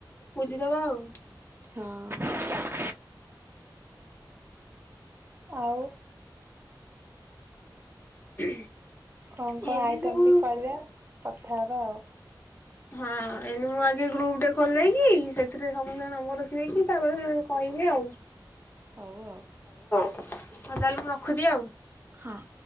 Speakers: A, on the left (about 30°); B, on the right (about 30°).
A: ବୁଝିଦବା ଆଉ।
B: ହଁ। ଆଉ
A: <unintelligible>
B: କଣ କଣ
A: ଏମିତି
B: ଆଇଟମ୍
A: ସବୁ
B: ବି କରିବା କଥାହେବା ଆଉ
A: ହଁ ଏନ୍ତି ମୁଁ ଆଜି ଗ୍ରୁପ ଟେ ଖୋଲି ଦେଇକି ସେ ଥିରେ ସମସ୍ତଙ୍କ ନମ୍ବର ରଖିଦେଇକି ତାପରେ କହିବି ଆଉ।
B: ହଉ ଆଉ।
A: ହଁ ତାହଲେ ମୁଁ ରଖୁଚି ଆଉ।
B: ହଁ।